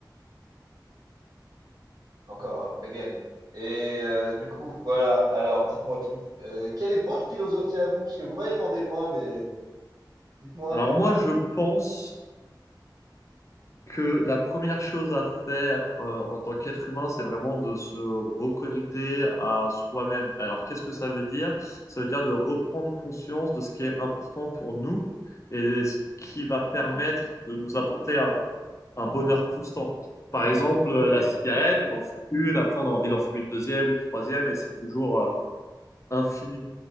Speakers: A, on the right; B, on the left.
A: Encore, again. Et euh, du coup, voilà. Alors, dites-moi tout. Euh, quelle est votre philosophie à vous? Parce que vous m'avez demandé moi, mais dites-moi.
B: Alors moi, je pense que la première chose à faire euh, en tant qu'être humain, c'est vraiment de se reconnecter à soi-même. Alors qu'est-ce que ça veut dire? Ça veut dire de reprendre conscience de ce qui est important pour nous et ce qui va permettre de nous apporter un, un bonheur constant. Par exemple, euh,
A: Oui.
B: la cigarette, on en fume une, après on a envie d'en fumer une deuxième, une troisième, et c'est toujours euh, infini.